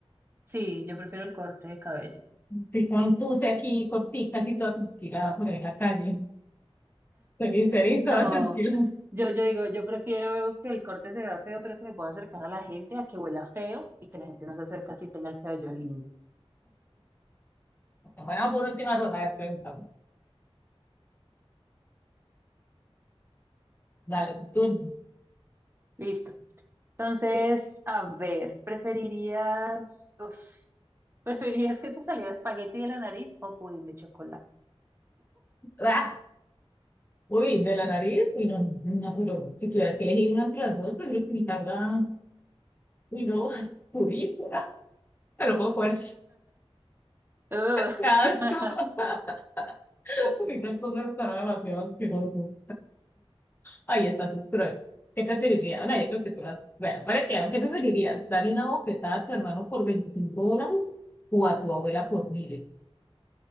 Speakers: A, on the right; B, on the left.
A: Sí, yo prefiero el corte de cabello.
B: Si con tuce aquí, corticas y toda tranquila por ahí en la calle. Feliz, feliz, toda
A: No,
B: tranquila.
A: yo, yo digo, yo prefiero que el corte se vea feo, pero que me pueda acercar a la gente, a que huela feo y que la gente no se acerque si tenga el cabello lindo.
B: Bueno, por última ronda, a ver, pregúntame. Dale, tú.
A: Listo. Entonces, a ver, ¿preferirías, uf, ¿preferirías que te saliera espagueti de la nariz o pudín de chocolate?
B: ¡Ah! Uy, de la nariz, uy, no, no, pero si tuviera que elegir una entre las dos, prefiero que mi carga, uy, no, <laughs> uy, ah, me lo puedo comer.
A: Ugh.
B: ¡Qué asco!
A: <laughs>
B: <laughs> Uy, no, esto no está demasiado asqueroso. Ay, está es cruel. ¿Qué te preferirías? No, yo creo que tú las... Bueno, para que, ¿qué preferirías? ¿Darle una bofetada a tu hermano por 25 dólares o a tu abuela por mil?